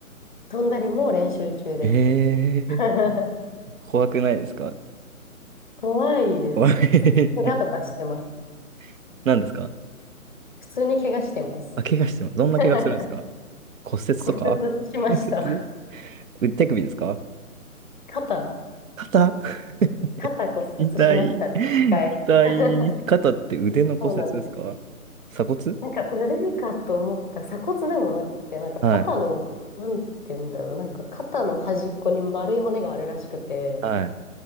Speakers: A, on the left; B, on the right.
A: 飛んだりも練習中です。
B: え
A: <laughs>
B: えー、怖くないですか
A: 怖いですね。
B: 怖い
A: 普通に怪我とかしてます。
B: <laughs> 何ですか
A: 普通に怪我してます。
B: あ、怪我してます。どんな怪我するんですか
A: <laughs>
B: 骨折とか骨折
A: 骨折しました。
B: う手首ですか
A: 肩、
B: 肩 <laughs>
A: 肩骨折しましたね、
B: 痛い。痛い。
A: 一回。<laughs>
B: 肩って腕の骨折ですか鎖骨
A: そうなんです。なんか腕かと思ったら鎖骨でもなくて、なんか肩の、
B: はい。
A: なんて言うんだろう、なんか肩の端っこに丸い骨があるらしくて、
B: はい。